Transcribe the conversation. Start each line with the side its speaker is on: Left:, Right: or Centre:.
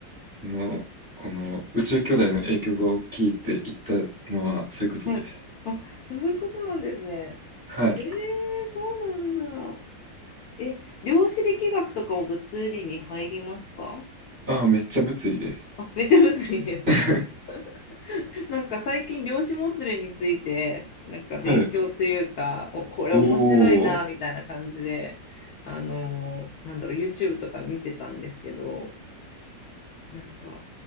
Right: あの、この宇宙兄弟の影響が大きいって言ったのは、そういうことです。
Left: はい。あ、そういうことなんですね。
Right: はい。
Left: えーそうなんだ。え、量子力学とかも物理に入りますか
Right: ああ、めっちゃ物理です。
Left: あ、めっちゃ物理ですな。
Right: <laughs>
Left: <laughs> なんか最近量子もつれについてなんか勉強というかおこれ面白いなみたいな感じであのーなんだろう
Right: はい。おー。
Left: YouTube とか見てたんですけどなんか